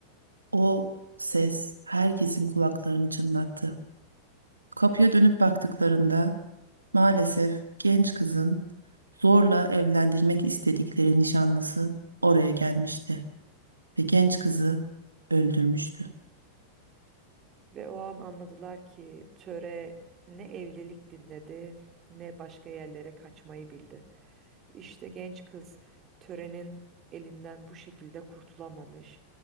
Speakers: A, on the right; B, on the right.
A: o ses herkesin kulaklarını çınlattı. Kapıya dönüp baktıklarında maalesef genç kızın zorla evlendirmek istedikleri nişanlısı oraya gelmişti ve genç kızı öldürmüştü.
B: Ve o an anladılar ki töre ne evlilik dinledi ne başka yerlere kaçmayı bildi. İşte genç kız törenin elinden bu şekilde kurtulamamış.